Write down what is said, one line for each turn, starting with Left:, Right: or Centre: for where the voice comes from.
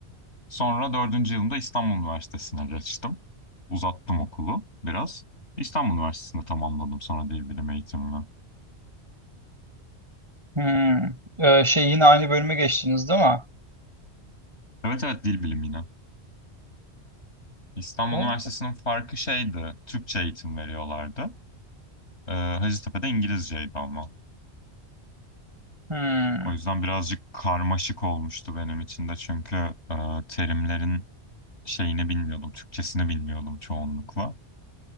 Left: Sonra dördüncü yılımda İstanbul Üniversitesi'ne geçtim. Uzattım okulu biraz. İstanbul Üniversitesi'nde tamamladım sonra dil bilimi eğitimimi.
Right: Hmm. Ee, şey yine aynı bölüme geçtiniz değil mi?
Left: Evet evet dil bilimi yine. İstanbul
Right: Vallahi.
Left: Üniversitesi'nin farkı şeydi, Türkçe eğitim veriyorlardı. Ee, Hacettepe'de İngilizceydi ama.
Right: Hmm.
Left: O yüzden birazcık karmaşık olmuştu benim için de çünkü e, terimlerin şeyini bilmiyordum, Türkçesini bilmiyordum çoğunlukla.